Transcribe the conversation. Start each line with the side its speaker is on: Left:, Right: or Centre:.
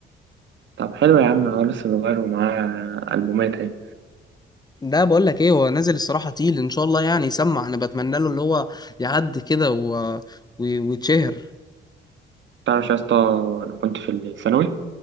Right: طب حلو يا عم هو لسه صغير ومعاه ألبومات اهي
Left: ده بقول لك ايه هو نازل الصراحه تقيل ان شاء الله يعني يسمع انا بتمنى له اللي هو يعدي كده و... و... ويتشهر
Right: تعرف يا اسطى أنا كنت في الثانوي